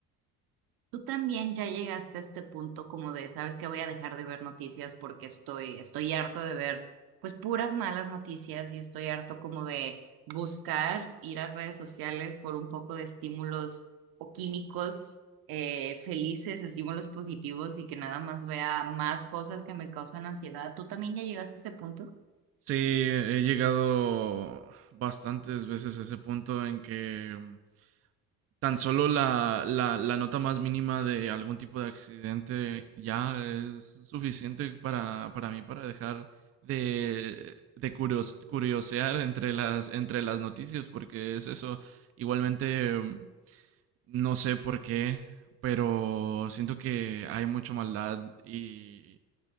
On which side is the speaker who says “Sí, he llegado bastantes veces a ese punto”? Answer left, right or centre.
Right